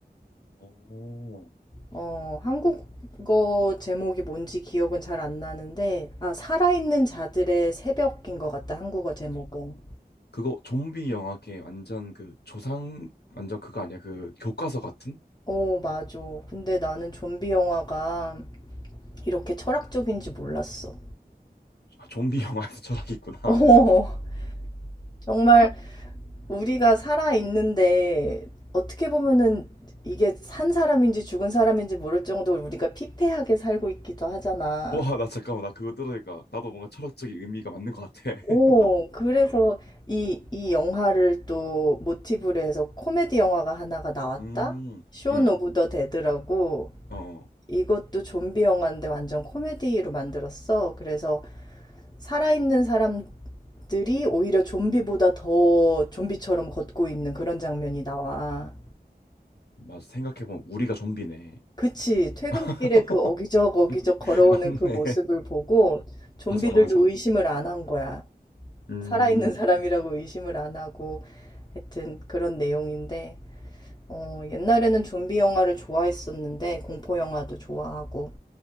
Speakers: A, on the left (about 75°); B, on the left (about 25°).
A: 오.
B: 어, 한국어 제목이 뭔지 기억은 잘 안 나는데 아, 살아있는 자들의 새벽인 것 같다. 한국어 제목은.
A: 그거 좀비 영화 걔 완전 그 조상 완전 그거 아니야? 그 교과서 같은?
B: 어, 맞아. 근데 나는 좀비 영화가 이렇게 철학적인지 몰랐어.
A: 아, 좀비 영화에서 <laughs> 철학이
B: <laughs>
A: 있구나.
B: 어, 정말 우리가 살아있는데 어떻게 보면은 이게 산 사람인지 죽은 사람인지 모를 정도로 우리가 피폐하게 살고 있기도 하잖아.
A: 와, 나 잠깐만 나 그거 들으니까 나도 뭔가 철학적인 의미가 맞는 것 같아.
B: 오,
A: <laughs>
B: 그래서 이, 이 영화를 또 모티브로 해서 코미디 영화가 하나가 나왔다?
A: 음.
B: 쇼
A: 음.
B: 오브 더 데드라고
A: 어.
B: 이것도 좀비 영화인데 완전 코미디로 만들었어. 그래서 살아있는 사람들이 오히려 좀비보다 더 좀비처럼 걷고 있는 그런 장면이 나와.
A: 맞아. 생각해보면 우리가 좀비네.
B: 그치. 퇴근길에
A: <laughs>
B: 그 어기적 어기적 걸어오는
A: 맞네.
B: 그 모습을
A: <laughs>
B: 보고 좀비들도
A: 맞아, 맞아.
B: 의심을 안 한 거야.
A: 음.
B: 살아있는 사람이라고 의심을 안 하고 하여튼 그런 내용인데 어, 옛날에는 좀비 영화를 좋아했었는데 공포 영화도 좋아하고